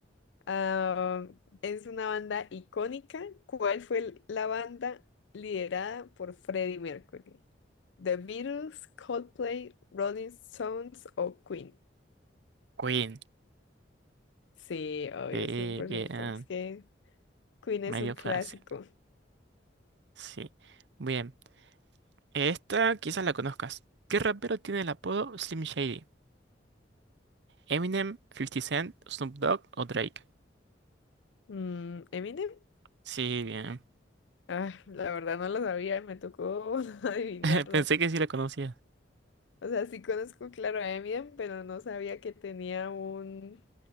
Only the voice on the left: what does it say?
Ah, es una banda icónica. ¿Cuál fue el- la banda liderada por Freddie Mercury? ¿The Beatles, Coldplay, Rolling Stones o Queen?
Sí, obvio,
100%.
Es que Queen es
un
clásico.
Mm, Eminem,
ah, la verdad no lo sabía, me tocó <laughs> adivinarla.
O sea, sí conozco, claro, a Eminem, pero no sabía que tenía un,